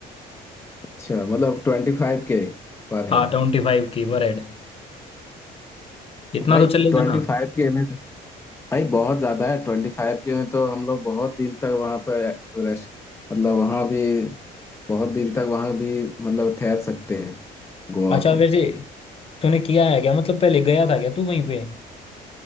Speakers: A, on the left (about 15°); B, on the left (about 35°).
A: अच्छा मतलब ट्वेंटी फाइव के पर
B: हाँ
A: हेड
B: ट्वेंटी फाइव की पर हेड इतना
A: भाई
B: तो चलेगा
A: ट्वेंटी
B: ना
A: फाइव के में भाई बहुत ज्यादा है ट्वेंटी फाइव के में तो हम लोग बहुत दिन तक वहां पर रेस्ट मतलब वहां भी बहुत दिन तक वहां भी मतलब ठहर सकते हैं गोवा
B: अच्छा
A: पे
B: वैसे तूने किया है क्या मतलब पहले गया था क्या तू वहीं पे